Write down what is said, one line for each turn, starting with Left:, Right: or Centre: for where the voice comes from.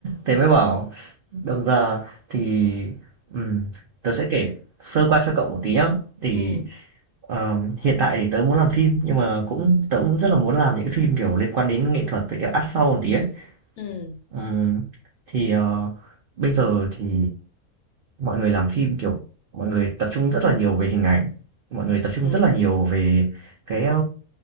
Right: thế
Left: Ừ.
Right: mới bảo đồng ra thì ừm, tớ sẽ kể sơ qua cho cậu một tí nhá Thì
Left: Ừ.
Right: ờ, hiện tại thì tớ muốn làm phim Nhưng mà cũng tớ cũng rất là muốn làm những cái phim kiểu liên quan đến nghệ thuật Với kiểu art sau một tí ấy
Left: Ừ.
Right: Ừm, Thì ờ, bây giờ thì mọi người làm phim, kiểu, mọi người tập trung rất là nhiều về hình ảnh, mọi người tập trung
Left: Ừ.
Right: rất là nhiều về cái, a